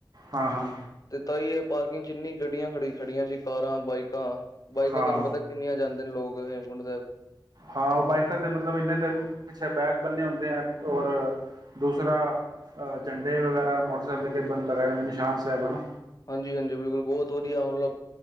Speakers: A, on the right; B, on the left.
A: ਹਾਂ ਹਾਂ
B: ਤੇ ਤਾਇ ਏ ਪਾਰਕਿੰਗ ਚ ਇੰਨੀ ਗੱਡੀਆਂ ਖੜ੍ਹੀ, ਖੜ੍ਹੀਆਂ ਸੀ। ਕਾਰਾਂ, ਬਾਈਕਾਂ ਬਾਈਕਾਂ
A: ਹਾਂ
B: ਤਾਨੂੰ ਪਤਾ ਕਿੰਨੀਆਂ ਜਾਂ ਤੇ ਲੋਕ ਹੇਮਕੁੰਡ ਸੈਬ
A: ਹਾਂ, ਓ ਬਾਈਕਾਂ ਤੇ, ਮਤਲਬ ਇਨ੍ਹੇ ਤੇ ਪਿੱਛੇ ਬੈਗ ਬੰਨੇ ਹੁੰਨ ਦੇ ਏ ਔਰ ਦੂਸਰਾ, ਝੰਡੇ ਵਗੈਰਾ ਮੋਟਰਸਾਈਕਲ ਦੇ ਅਗੇ <unintelligible> ਲਗਾਏ ਹੁੰਦੇ ਨੇ ਨਿਸ਼ਾਨ ਸੈਬ ਹਨਾਂ।
B: ਹਾਂਜੀ, ਹਾਂਜੀ, ਬਿਲਕੁਲ! ਬੋਤ ਵਧੀਆ, ਮਤਲਬ